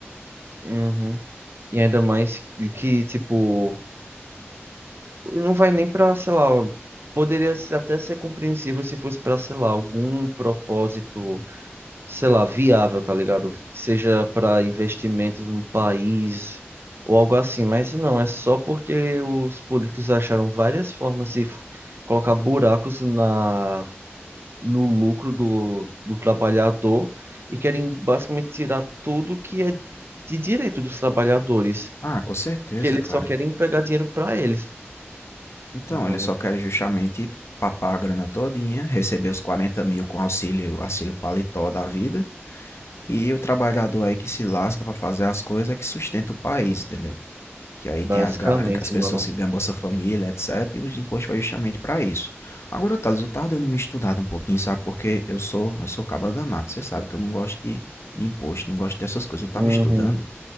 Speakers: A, on the right (about 60°); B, on the left (about 75°).
A: Uhum. E ainda mais que, tipo, Não vai nem pra, sei lá, poderia ser- até ser compreensível se fosse pra, sei lá, algum propósito, sei lá, viável, tá ligado? Seja pra investimentos no país ou algo assim, mas não, é só porque os políticos acharam várias formas de f- colocar buracos na, no lucro do, do trabalhador e querem basicamente tirar tudo que é de direito dos trabalhadores,
B: Ah, com certeza,
A: que eles
B: cara.
A: só querem pegar dinheiro pra eles.
B: Então,
A: Não, mano.
B: eles só querem justamente papar a grana todinha, receber os quarenta mil com auxílio, auxílio paletó da vida, e o trabalhador aí que se lasca para fazer as coisas é que sustenta o país, entendeu? Que aí
A: Basicamente,
B: tem as galera, as pessoas
A: mano.
B: que ganham Bolsa Família, etc. E o imposto vai justamente para isso. Agora, Thales, eu tava dando uma estudada um pouquinho, sabe? Porque eu sou, eu sou caba danado. Você sabe que eu não gosto de, de imposto, não gosto dessas coisas. Eu tava
A: Uhum.
B: estudando.